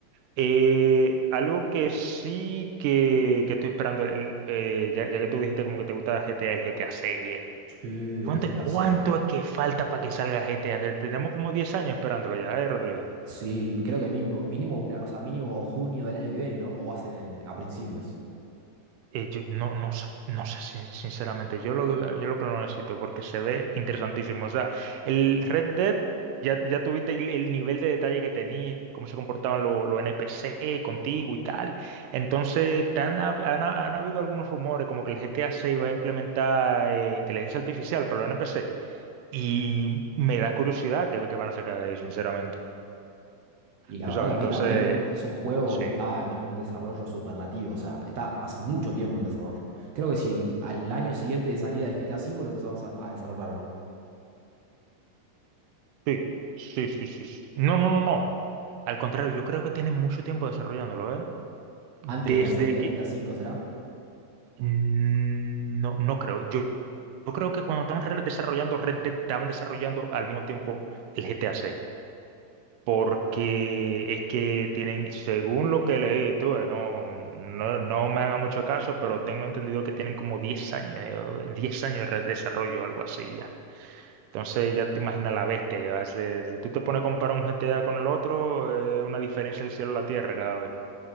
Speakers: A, on the right; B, on the right.
A: Eh, algo que sí que, que estoy esperando, el- eh, ya, ya que tú dijiste como que te gusta GTA, el GTA 6, viejo.
B: Sí,
A: ¿Cuánto,
B: el GTA
A: cuánto
B: 6.
A: es que falta para que salga GTA? Tenemos como 10 años esperándolo ya, ¿eh, Rodrigo?
B: Sí, creo que mínimo, mínimo una, o sea, mínimo junio del año que viene, ¿no? O va a ser en- a principios.
A: Eh, yo no, no sé, no sé, sin- sinceramente, yo lo, yo lo que lo necesito porque se ve interesantísimo. O sea, el Red Dead, ya, ya tuviste el, el nivel de detalle que tenía, cómo se comportaban los NPC contigo y tal. Entonces, tan ha- han, han habido algunos rumores como que el GTA 6 va a implementar eh, inteligencia artificial para los NPC. Y me da curiosidad que, que van a sacar de ahí, sinceramente.
B: Y la
A: Tú
B: verdad
A: sabes,
B: que a
A: entonces,
B: mí también, porque es un juego
A: sí.
B: que está en un desarrollo superlativo, o sea, está hace mucho tiempo en desarrollo. Creo que si al año siguiente de salida del GTA V lo empezamos a, a desarrollar, ¿o ¿no?
A: Sí, sí, sí, sí, sí. No, no, no, no. Al contrario, yo creo que tienen mucho tiempo desarrollándolo, ¿eh?
B: Antes
A: Desde
B: de la salida
A: que...
B: del GTA V, ¿será?
A: Mm, No, no creo. Yo, yo creo que cuando estaban re- desarrollando Red Dead, estaban desarrollando al mismo tiempo el GTA 6. Porque es que tienen, según lo que leí, tú, eh, no, no, no me haga mucho caso, pero tengo entendido que tienen como 10 años, eh, 10 años de desarrollo, algo así ya. Entonces ya te imaginas la bestia que va a ser. Si tú te pones a comparar un G T A con el otro, es una diferencia del cielo a la tierra cada vez,